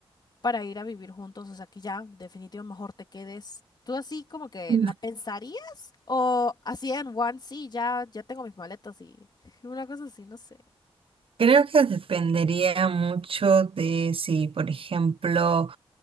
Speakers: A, on the left; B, on the right.
A: para ir a vivir juntos, o sea, que ya, definitivo, mejor te quedes. ¿Tú así como que
B: Mm.
A: la pensarías? ¿O así en one, sí, ya, ya tengo mis maletas y <laughs> una cosa así, no sé.
B: Creo que dependería mucho de si, por ejemplo,